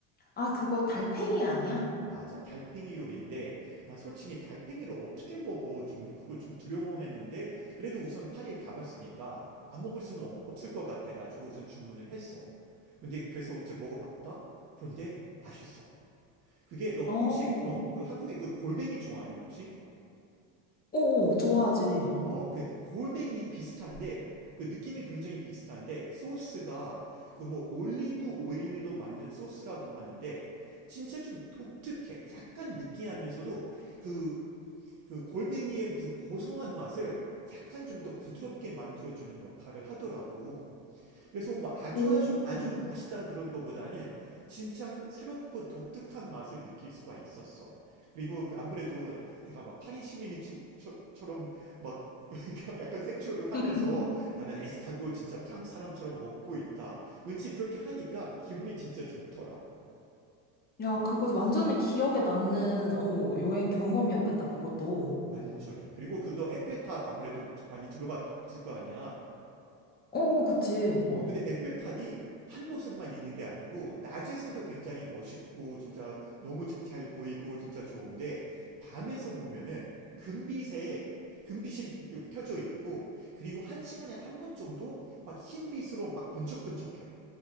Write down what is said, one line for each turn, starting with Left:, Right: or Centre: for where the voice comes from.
Left: 아, 그거 달팽이 아니야?
Right: 맞아. 달팽이 요리인데 나 솔직히 달팽이를 어떻게 먹어? 좀 그거 좀 두려워했는데 그래도 우선 파리에 가봤으니까 안 먹을 수는 없- 없을 것 같아 가지고 우선 주문을 했어. 근데 그래서 이제 먹어봤다. 그런데 맛있어. 그게 너
Left: 어,
Right: 혹시 너 그 한국의 그 골뱅이 좋아하니 혹시?
Left: 오, 좋아하지.
Right: 어, 그 골뱅이 비슷한데 그 느낌이 굉장히 비슷한데 소스가 그 뭐 올리브 오일로 만든 소스라고 하는데 진짜 좀 독특해. 약간 느끼하면서도 그 그 골뱅이의 무슨 고소한 맛을 약간 좀 더 부드럽게 만들어주는 역할을 하더라고. 그래서 뭐 아주
Left: 오,
Right: 아주 아주 맛있다 그런 거보다는 진짜 새롭고 독특한 맛을 느낄 수가 있었어. 그리고 아무래도 내가 막 파리 시민인 처럼 막 <laughs> 약간 생쇼를 하면서
Left: <laughs> 음.
Right: 나는 에스카고 진짜 프랑스 사람처럼 먹고 있다. 왠지 그렇게 하니까 기분이 진짜 좋더라.
Left: 야, 그거 완전히 기억에 남는 오, 여행 경험이었겠다, 그것도.
Right: 완전히. 그리고 그 너 에펠탑 아무래도 많이 들어봤을 거 아니야.
Left: 어, 어, 그치.
Right: 어, 근데 에펠탑이 한 모습만 있는 게 아니고, 낮에서도 굉장히 멋있고, 진짜 너무 자- 잘 보이고, 진짜 좋은데, 밤에서 보면은 금빛에, 금빛이 그- 그 켜져 있고, 그리고 한 시간에 한 번 정도 막 흰빛으로 막 번쩍번쩍해.